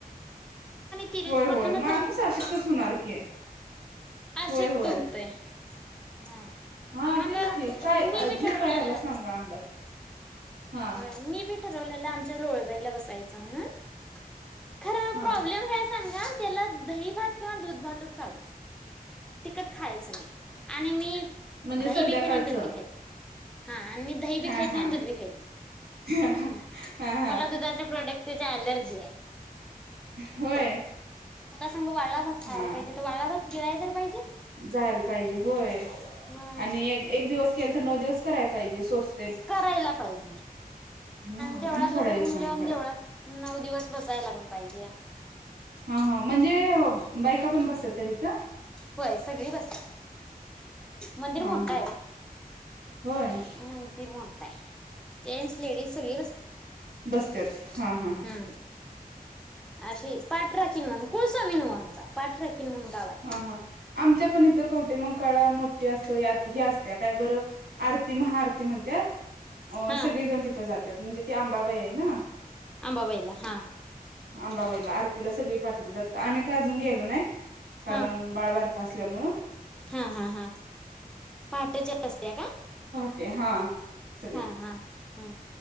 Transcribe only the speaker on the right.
होय.
होय.
माणूस आशक्तच होणार की.
होय होय
हा
तेच की काय
अ
जीव
करायला सांगा अंगात. हा.
हा
म्हणजे
संध्याकाळचं
हा
हा
हा
हा
होय.
हा
जायला पाहिजे होय
आणि एक एक दिवस केल तर नऊ दिवस करायं पाहिजे सोस
हम्म
आणि थोड्या
दिवसांन
करा
हा हा म्हणजे बायका पण बसतात कधीतरी
हा
हा
होय
बसत्यात हा हा
हा हा आमच्या पण इथं कवटे मंकाळा मोठे असत हे असत्या काय बरं आरती महाआरती म्हणतात अ
सगळेजण तिथं जातात म्हणजे ते आंबाबाई आहे ना
अंबाबाईला आरतीला सगळी पा आम्ही का अजून गेलो नाही कारण
बाळबा असल्यामुळे
ते हा सगळे